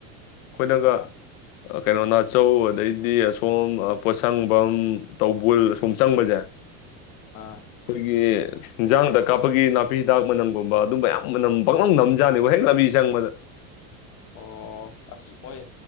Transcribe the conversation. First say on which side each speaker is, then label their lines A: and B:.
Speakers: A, on the left; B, on the left.
A: ꯑꯩꯈꯣꯏꯅꯒ
B: ꯑꯥ
A: ꯀꯩꯅꯣ ꯅꯥꯆꯧ ꯑꯗꯩꯗꯤ ꯑꯁꯣꯝ ꯄꯣꯠꯁꯪ <inaudible> ꯇꯧꯕꯨꯜ ꯑꯁꯣꯝ ꯆꯪꯕꯁꯦ
B: ꯑꯥ
A: ꯑꯩꯈꯣꯏꯒꯤ ꯏꯟꯖꯥꯡꯗ ꯀꯥꯞꯄꯒꯤ ꯅꯥꯄꯤ ꯍꯤꯗꯥꯛ ꯃꯅꯝꯒꯨꯝꯕ ꯑꯗꯨꯝꯕ ꯃꯌꯥꯝ ꯃꯅꯝ ꯄꯪꯅꯝ ꯅꯝ ꯂꯩ ꯖꯥꯅꯤꯕꯨ ꯍꯦꯛ ꯂꯝꯕꯤ ꯆꯪꯕꯗ
B: ꯑꯣ ꯑꯁ ꯃꯣꯏ